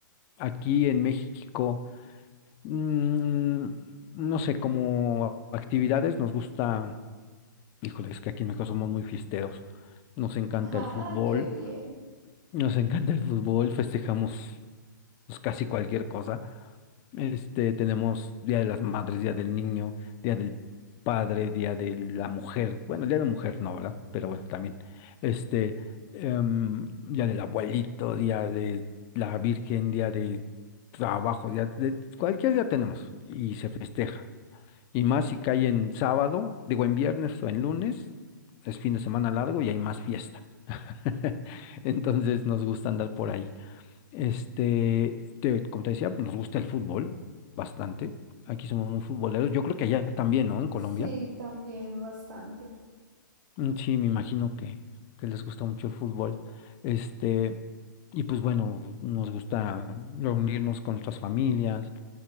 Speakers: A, on the left; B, on the right.
A: aquí en México, mm, no sé, como actividades nos gusta. Híjole, es que aquí en casa somos muy fiesteros. Nos encanta
B: <laughs> Ah,
A: el fútbol,
B: qué bien.
A: nos encanta el fútbol, festejamos pues, casi cualquier cosa. Este, tenemos Día de las Madres, Día del Niño, Día del Padre, Día de la Mujer. Bueno, Día de la Mujer no, ¿verdad? Pero bueno, también. Este, em, Día del Abuelito, Día de la Virgen, Día de Trabajo, Día de cualquier día tenemos y se festeja. Y más si cae en sábado, digo en viernes o en lunes, es fin de semana largo y hay más fiesta. <laughs> Entonces nos gusta andar por ahí. Este, te- como te decía, pues, nos gusta el fútbol bastante. Aquí somos muy futboleros. Yo creo que allá también, ¿no? En Colombia.
B: Sí, también bastante.
A: Mm, Sí, me imagino que, que les gusta mucho el fútbol. Este, y pues bueno, nos gusta reunirnos con nuestras familias,